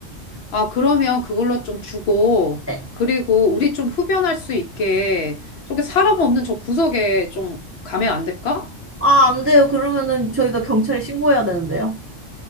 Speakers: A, on the left; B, on the right.
A: 아, 그러면 그걸로 좀 주고,
B: 네.
A: 그리고 우리 좀 흡연할 수 있게, 저기 사람 없는 저 구석에 좀 가면 안 될까?
B: 아, 안 돼요. 그러면은 저희가 경찰에 신고해야 되는데요.